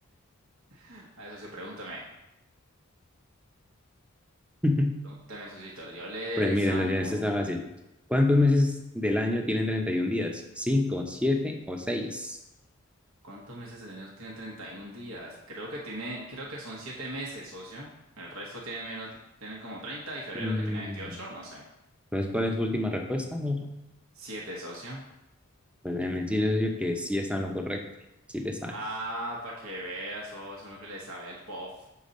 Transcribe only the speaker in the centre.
<laughs>
Pues mira,
socio, esto está fácil. ¿Cuántos meses del año tienen 31 días? ¿Cinco, siete o seis?
Mm,
Entonces, ¿cuál es su última respuesta? socio?
Pues déjeme decirle, socio, que sí está en lo correcto. Sí le sabe.